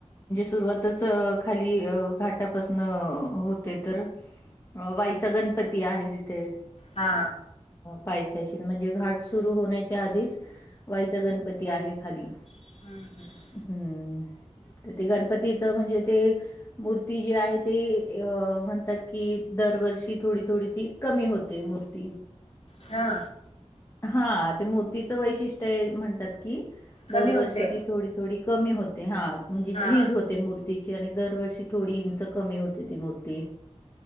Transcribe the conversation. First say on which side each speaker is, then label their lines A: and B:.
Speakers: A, on the left; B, on the left.
A: सुरुवातच खाली घाटापासून होते तर अ वाईचा गणपती आहे तिथे.
B: हा
A: पायथ्याशीच म्हणजे घाट सुरु होण्याच्या आधीच वाईचा गणपती आहे खाली
B: हम्म हम्म
A: हम्म. ते गणपतीच म्हणजे ते मूर्ती जे आहे ते अ म्हणतात की दरवर्षी थोडी-थोडी ती कमी होते मूर्ती
B: हा.
A: हा ते मूर्तीचं वैशिष्ट्य म्हणतात की
B: कमी
A: दरवर्षी
B: होते
A: ती थोडी- थोडी कमी होते हा म्हणजे
B: हा
A: झीज होते मूर्तीची, दरवर्षी थोडी इंच कमी होते ती मूर्ती,